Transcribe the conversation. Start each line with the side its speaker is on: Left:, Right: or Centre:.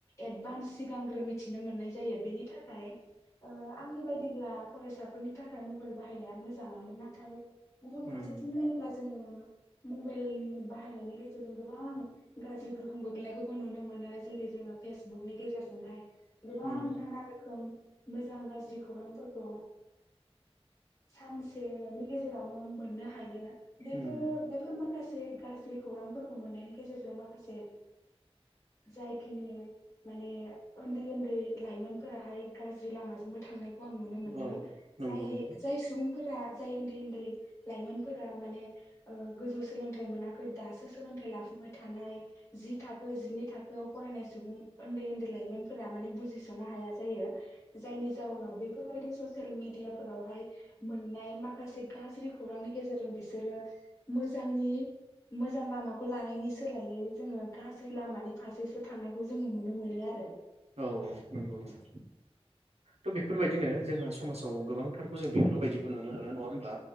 Left: एडभान्स। सिगांग्रो मिथिनो मोननाय जायो बेनि थाखाय आंनि बायदिब्ला फरायसाफोरनि थाखाय मबाइल बाहायनाया मोजाङानो नाथाय गुबुन फारसेथिनो
Right: उम
Left: जोङो मबाइल बाहायनायनि गेजेरजों गोबां गाज्रि गोहोम गोग्लैनायखौबो नुनो मोनो जेरै जोङो फेसबुकनि गेजेरजों जोंहाय गोबा
Right: उम
Left: नाना आरख मोजां गाज्रि खौरांफोरखौ सानसेनि गेजेरावनो मोननो हायो। बेफोरो
Right: उम
Left: बेफोर माखासे ाखसे गाज्रि खौरांफोरखौ मोननायनि गेजेरजों माखासे जायखिनि माने उन्दै उन्दै लाइमोनफोराहाय गाज्रि लामाजोंबो थांनाय। आ नुनो मोनदों
Right: औ नंगौ
Left: ज
Right: नंगौ
Left: जाय सुबुं फोर जाय उन्दै उन्दै लाइमोनफोरा माने गोजौ सोलोंथाइ मोनाखै दासो सोलों थाइ लाफाय थानाय जि थाखो जिनै थाखोआव फरायनाय सुबुं उन्दै उन्दै लाइमोन म बुजिसनो ह जायो जायनि जनाव बेफोरबायदि ससिल मिदिया ावहाय मोननाय माखासे गाज खौांनि गेजेरजों बिसोरो मोजां लामाखौ लानायनि सोलायै जोङो गाज लाम फारसे सो थांनायखौ जों नुनो मोनो आरो।
Right: औ औ नंगौ नंगौ थ' बेफोरबायदिनो जोंहा समाजाव गोबांथारखौ जों बेफोरबायदिबो नुनो मोनो नङा होमबब्ला।